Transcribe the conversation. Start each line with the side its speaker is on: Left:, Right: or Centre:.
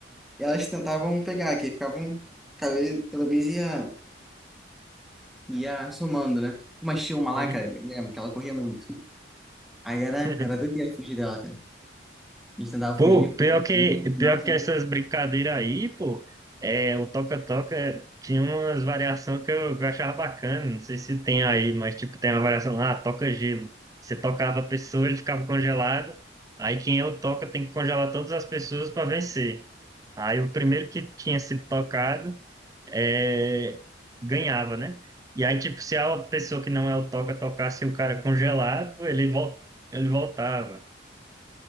Centre: elas tentavam pegar, que aí ficavam, cada vez, cada vez ia, ia somando, né? Uma tinha uma lá,
Right: uhum.
Centre: cara, eu lembro que ela corria muito. Aí era,
Right: <laughs>
Centre: era doideira fugir dela, cara. A gente tentava
Right: Pô,
Centre: fugir,
Right: pior
Centre: fugir,
Right: que,
Centre: fugir, mas no
Right: pior
Centre: final sempre.
Right: que essas brincadeiras aí, pô, é, o toca-toca tinha umas variações que eu, que eu achava bacana, não sei se tem aí, mas tipo, tem uma variação lá, toca gelo. Você tocava a pessoa, ele ficava congelado, aí quem é o toca tem que congelar todas as pessoas para vencer. Aí o primeiro que tinha sido tocado é, ganhava, né? E aí, tipo, se a pessoa que não é o toca tocasse o cara congelado, ele, vol ele voltava.